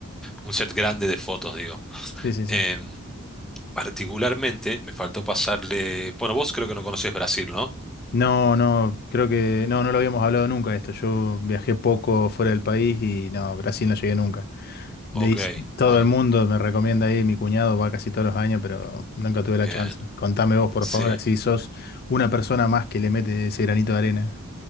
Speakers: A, in the centre; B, on the left (about 45°).
A: un set grande de fotos, digo.
B: Sí, sí, sí.
A: Eh, particularmente me faltó pasarle. Bueno, vos creo que no conocés Brasil, ¿no?
B: No, no, creo que no, no lo habíamos hablado nunca esto. Yo viajé poco fuera del país y no, Brasil no llegué nunca. De,
A: Ok,
B: todo
A: bueno,
B: el mundo me recomienda ir, mi cuñado va casi todos los años, pero nunca tuve la
A: bien.
B: chance. Contame vos, por
A: Sí.
B: favor, así
A: <laughs>
B: sos una persona más que le mete ese granito de arena.